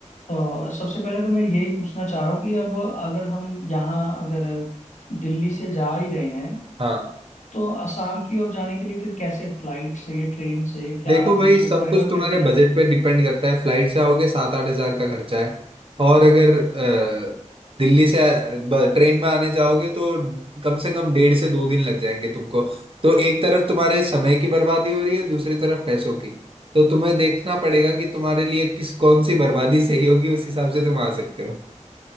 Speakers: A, on the left (about 70°); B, on the right (about 45°).
A: तो सबसे पहले तो मैं यही पूछना चाह रहा हूँ कि अब अगर हम यहाँ अगर दिल्ली से जा ही रहे हैं
B: हाँ
A: तो असम की ओर जाने के लिए फिर कैसे फ्लाइट से ट्रेन से क्या
B: देखो
A: हमें
B: भाई
A: सूट
B: सब
A: करेगा
B: कुछ
A: और
B: तुम्हारे
A: कैसे जाना
B: बजट
A: है?
B: पे डिपेंड करता है फ्लाइट से आओगे सात आठ हजार का खर्चा है और अगर अ, दिल्ली से ट्रेन में आने जाओगे तो कम से कम डेढ़ से दो दिन लग जाएंगे तुमको तो एक तरफ तुम्हारे समय की बर्बादी हो रही है दूसरी तरफ पैसों की तो तुम्हें देखना पड़ेगा कि तुम्हारे लिए किस कौन सी बर्बादी <laughs> सही होगी उस हिसाब से तुम आ सकते हो